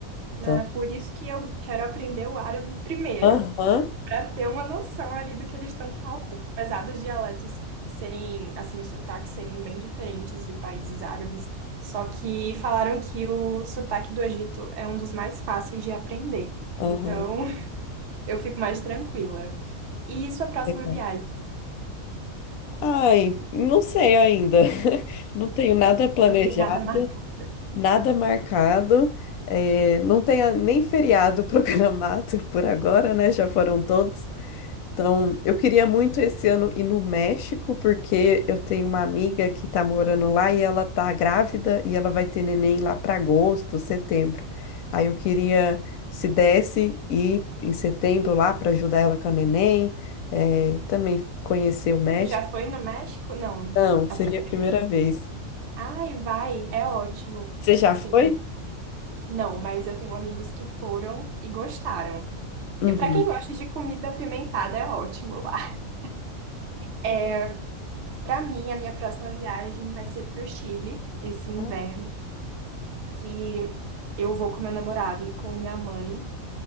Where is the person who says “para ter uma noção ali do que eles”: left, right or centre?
Right